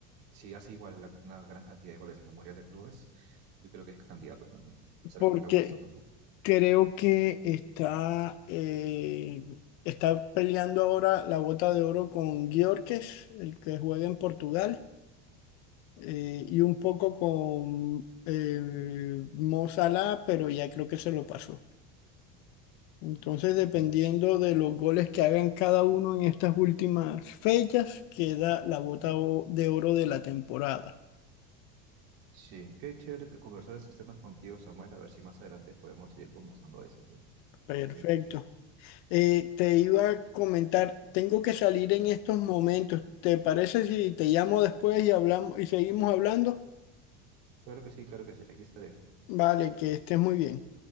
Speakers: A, on the right (about 70°); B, on the left (about 60°).
A: si hace igual la- una gran cantidad de goles en el Mundial de Clubes, yo creo que es candidato también, a pesar
B: Porque
A: que no me gusta tampoco.
B: creo que está, eh, está peleando ahora la bota de oro con Gyökeres, el que juega en Portugal, eh, y un poco con eh, Mo Salah, pero ya creo que se lo pasó. Entonces, dependiendo
A: Mm, sí,
B: de los goles que hagan cada uno en estas últimas fechas, queda la bota o- de oro de la temporada.
A: sí, qué chévere te- conversar estos temas contigo, Samuel, a ver si más adelante podemos seguir conversando de esto. ¿no?
B: Perfecto.
A: Muy interesante.
B: Eh, te iba a comentar, tengo que salir en estos momentos. ¿Te parece si te llamo después y hablamos y seguimos hablando?
A: Claro que sí, claro que sí, aquí estaré.
B: Vale, que estés muy bien.